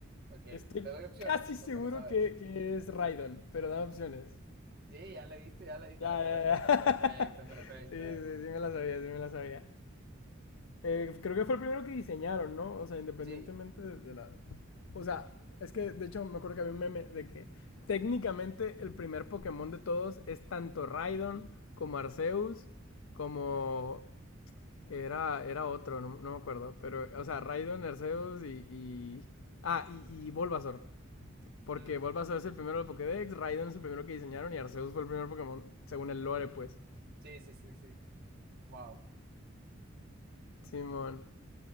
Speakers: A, on the right; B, on the left.
A: Ok,
B: Estoy
A: te doy opciones
B: casi seguro
A: o te lo sabes.
B: que, que es Raidon, pero dame opciones.
A: Sí, ya le diste, ya le diste
B: Ya,
A: en la correcta.
B: ya, ya. <laughs>
A: Perfecto, perfecto.
B: Sí, sí, sí me la sabía, sí me la sabía. Eh, creo que fue el primero que diseñaron, ¿no? O sea, independientemente
A: Sí,
B: de, de la... O sea, es que de hecho me acuerdo que había un meme de que técnicamente el primer Pokémon de todos es tanto Raidon como Arceus, como... Era, era otro, no, no me acuerdo. Pero, o sea, Raidon, Arceus y... y... Ah, y, y Bulbasaur. Porque
A: mm,
B: Bulbasaur es el primero del Pokédex, Raidon es el primero que diseñaron y Arceus fue el primer Pokémon, según el lore, pues.
A: sí, sí, sí, sí. Wow.
B: Simón.